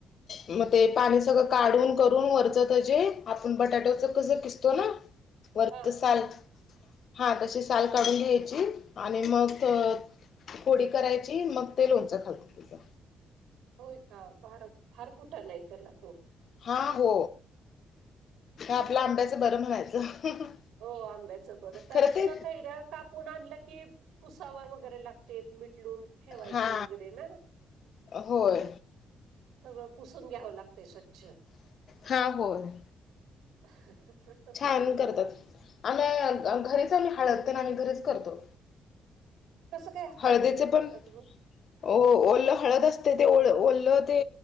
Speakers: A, on the left (about 55°); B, on the right (about 85°).
A: मग ते पाणी सगळं काढून करून वरचं त्याचे आपण बटाटोच कसं किसतो ना वरचं
B: हा हा.
A: साल हा तशी साल काढून घ्यायची आणि मग फोडी करायची मग ते लोणचं घालतात त्याचं
B: होय का भार फार कुठं लई त्याला तो
A: हा हो आपलं आंब्याचं बरं म्हणायचं
B: हो आंब्याचं बरं त्याला
A: खरं
B: सुद्धा
A: ते
B: कैऱ्या कापून आणलं की पुसावं वगैरे लागतय मीठ लावून ठेवायचं
A: हा
B: वगैरे ना
A: होय
B: सगळं पुसून घ्यावं लागतंय स्वच्छ
A: हा होय
B: <inaudible>
A: छान करतात आम्ही घरीच आम्ही हळद तेन आम्ही घरीच करतो.
B: कसं काय? हळद
A: हळदीचं
B: घरी करता
A: पण
B: तुम्ही?
A: ओलं हळद असतंय ते ओलं ते